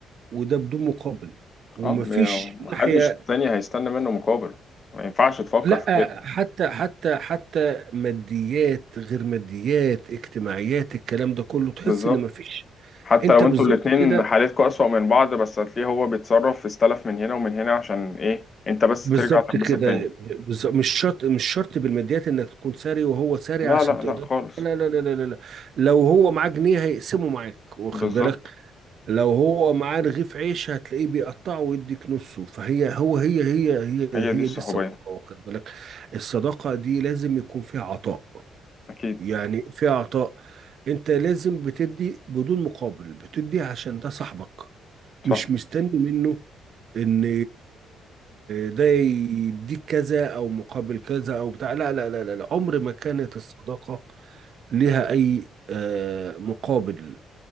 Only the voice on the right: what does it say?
وده بدون مقابل ومفيش
ناحيه
لا
حتى حتى حتى ماديات غير ماديات اجتماعيات الكلام ده كله تحس
ان مفيش
انت
بالظبط
كده
بالظبط
كده
بالظبط مش شرط مش شرط بالماديات انك تكون ساري وهو ساري
عشان
تقدر
لا لا لا لا لا لا لو هو معاه جنيه هيقسمه معاك واخد
بالك لو هو معاه رغيف عيش هتلاقيه بيقطعه ويديك نصه فهي هو هي هي هي هي
دي الصداقة واخد بالك الصداقة دي لازم يكون فيها عطاء
يعني في اعطاء انت لازم بتدي بدون مقابل بتدي عشان ده صاحبك مش
مستني منه ان ده يديك كذا او مقابل كذا او بتاع لا لا لا لا لا. عمر ما كانت الصداقة لها اي آه، مقابل